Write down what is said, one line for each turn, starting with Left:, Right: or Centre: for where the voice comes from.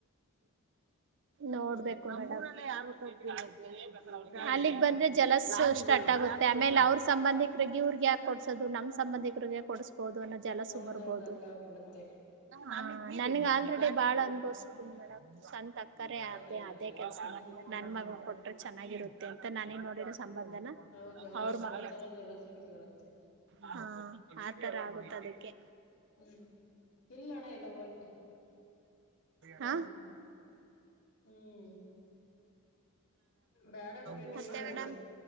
Right: ನೋಡ್ಬೇಕು
Left: ಹ್ಮ್
Right: ಮೇಡಂ. <unintelligible>
Left: ಹ್ಮ್
Right: ಅಲ್ಲಿಗ್ ಬಂದ್ರೆ ಜಲಸು ಸ್ಟಾರ್ಟ್ ಆಗುತ್ತೆ ಆಮೇಲೆ ಅವ್ರ ಸಂಬಂಧಿಕ್ರಿಗ್ ಇವ್ರ್ಗ್ ಯಾಕ್ ಕೊಡ್ಸೋದು ನಮ್ ಸಂಬಂಧಿಕರಿಗೆ ಕೊಡ್ಸ್ಬೋದು ಅನ್ನೋ ಜಲಸು
Left: ಹೌದೌದ್
Right: ಬರ್ಬೋದು
Left: ಹಂಗ ಆಗ್ಬಿಡುತ್ತೆ.
Right: ಹ ನನ್ಗ ಅಲ್
Left: ಹ್ಮ್
Right: ಡೆ ಬಾಳ ಅನುಭವ್ಸಿದ್ದೀನಿ ಮೇಡಂ ಸಂತ ಅಕ್ಕರೆ ಅದೇ
Left: ಅದ ಅದ
Right: ಅದೇ
Left: ಅದ
Right: ಕೆಲ್ಸ ಮಾಡಿಲ್ಲ
Left: ಹ್ಮ್
Right: ನನ್ ಮಗ ಕೊ ಚೆನ್ನಾಗಿರುತ್ತೆ ಅಂತ ನನಿಗ್ ನೋಡಿರೋ ಸಂಬಂಧನ
Left: ಹೌದೌದು
Right: ಅವ್ರ ಮಗಳ
Left: ಆ ತರ ಜಲಸ್ಫೀಲ್ ಬರುತ್ತೆ.
Right: ಹಾ ಆತರ
Left: ಹ್ಮ್
Right: ಆಗುತ್ ಅದಕ್ಕೆ.
Left: ಹ್ಮ್ ಇಲ್ಲ ಅಣ್ಣ ಎಲ್ಲ ಹೋಯ್ತೆ ಹ್ಮ್
Right: ಹಾ
Left: ಹ್ಮ್. ಬ್ಯಾಡ ಬಿಡ್ರಿ
Right: ಮತ್ತೆ
Left: ನೀವೇ ಹೋಗ್ರಿ
Right: ಮೇಡಂ.